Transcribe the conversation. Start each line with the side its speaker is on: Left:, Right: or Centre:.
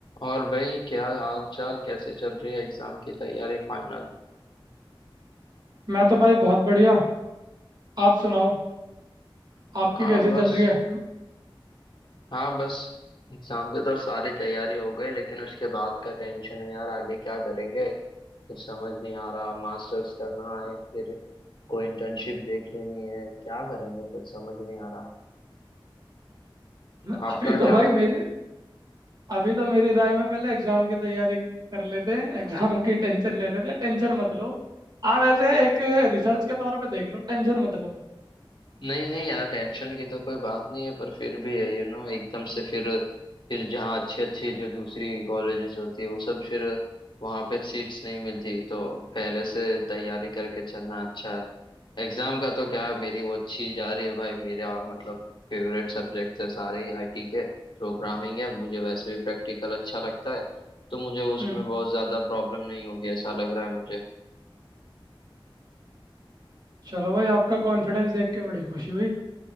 Left: और भाई क्या हाल चाल कैसे चल रही है एग्जाम की तैयारी फाइनल
Right: मैं तो भाई बहुत बढ़िया आप सुनाओ आपकी
Left: हाँ
Right: कैसी
Left: बस
Right: चल रही है
Left: हाँ बस एग्जाम की तो सारी तैयारी हो गई लेकिन उसके बाद का टेंशन है यार आगे क्या करेंगे कुछ समझ नहीं आ रहा मास्टर्स करना है या फिर कोई इंटर्नशिप देख लेनी है क्या करेंगे कुछ समझ नहीं आ रहा
Right: म-
Left: आपका
Right: अभी तो
Left: क्या
Right: भाई मेरे अभी तो मेरी राय में पहले एग्जाम की तैयारी कर लेते हैं एग्जाम की टेंशन ले लेते हैं टेंशन मत लो आप ऐसे एक रिसर्च के तौर पे देख लो टेंशन मत लो
Left: नहीं नहीं यार टेंशन की तो कोई बात नहीं है पर फिर भी है यू you नो know, एकदम से फिर फिर जहाँ अच्छी अच्छी जो दूसरी कॉलेजेस होती है वो सब फिर वहाँ पे सीट्स नहीं मिलती तो पहले से तैयारी करके चलना अच्छा है एग्जाम का तो क्या है मेरी वो अच्छी जा रही है भाई मेरा मतलब फेवरेट सब्जेक्ट है सारे ही आईटी के प्रोग्रामिंग है मुझे वैसे भी प्रैक्टिकल अच्छा लगता है तो मुझे उसमें
Right: हम्म
Left: बहुत ज्यादा प्रॉब्लम नहीं होगी ऐसा लग रहा है मुझे
Right: चलो भाई आपका कॉन्फिडेंस देख के बड़ी खुशी हुई